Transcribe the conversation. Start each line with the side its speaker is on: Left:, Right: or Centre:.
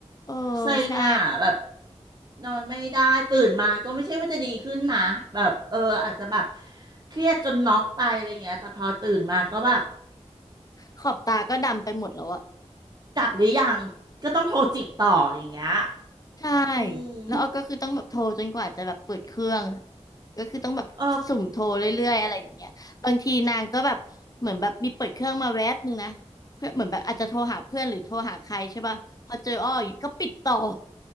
Left: เออ
Right: เซ็งอ่ะแบบ
Left: ใช่
Right: นอนไม่ได้ตื่นมาก็ไม่ใช่ว่าจะดีขึ้นนะแบบเอออาจจะแบบเครียดจนน็อกไปอะไรเงี้ยแต่พอตื่นมาก็แบบ
Left: ขอบตาก็ดำไปหมดแล้วอะ
Right: กลับหรือยังก็ต้องโทรจิกต่ออย่างเงี้ย
Left: ใช่
Right: อื
Left: แล้วอ้อก็คือต้องแบบโทรจนกว่าจะแบบเปิดเครื่องอะ
Right: ม
Left: ก็คือต้องแบบสุ่มโทรเรื่อยๆอะไรอย่างเงี้ยบางทีนางก็แบบเหมือนแบบมีเปิดเครื่องมาแวบนึงนะเพื่อเหมือนแบบอาจจะโทรหาเพื่อนหรือโทรหาใครใช่ป่ะพอเจออ้ออย่างเงี้ยก็ปิดต่อ
Right: เออ